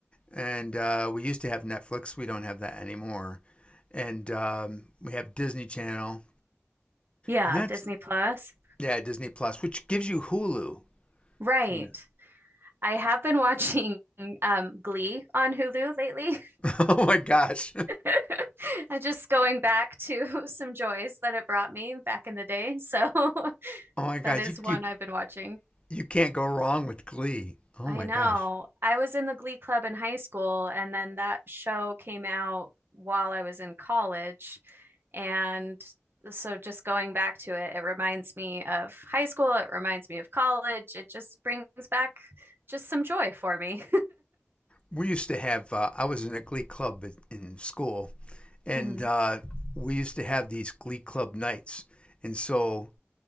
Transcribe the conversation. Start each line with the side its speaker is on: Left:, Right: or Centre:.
Left: and uh, we used to have Netflix. We don't have that anymore, and um, we have Disney Channel,
Right: Yeah,
Left: and that's
Right: Disney Plus.
Left: yeah Disney Plus, which gives you Hulu.
Right: Right.
Left: <laughs>
Right: I have been <laughs> watching um, Glee on Hulu lately.
Left: oh my gosh!
Right: <laughs> I'm just going back to <laughs> some joys that it brought me back in the day. So <laughs>
Left: Oh my gosh!
Right: that is
Left: You
Right: one
Left: you
Right: I've been watching.
Left: you can't go wrong with Glee. Oh
Right: I
Left: my
Right: know.
Left: gosh!
Right: I was in the Glee Club in high school, and then that show came out while I was in college. And so, just going back to it, it reminds me of high school. It reminds me of college. It just brings back just some joy for me.
Left: We used to have. Uh, I was in a Glee club in- in school,
Right: <laughs>
Left: and
Right: hmm
Left: uh, we used to have these Glee club nights, and so